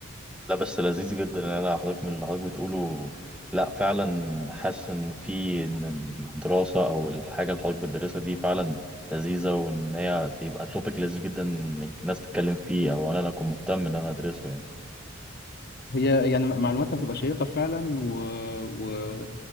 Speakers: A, in the centre; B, on the left (about 50°).
A: لا بس لذيذ جدا إن أنا حضرتك من اللي حضرتك بتقوله لا فعلا حاسس إن في إن الدراسة أو الحاجة اللي حضرتك بتدرسها دي فعلا لذيذة وإن هي تبقى توبيك لذيذ جدا إنك الناس تتكلم فيه أو إن أنا أكون مهتم إن أنا أدرسه يعني
B: هي يعني معلوماتها بتبقى شيقة فعلا و... و...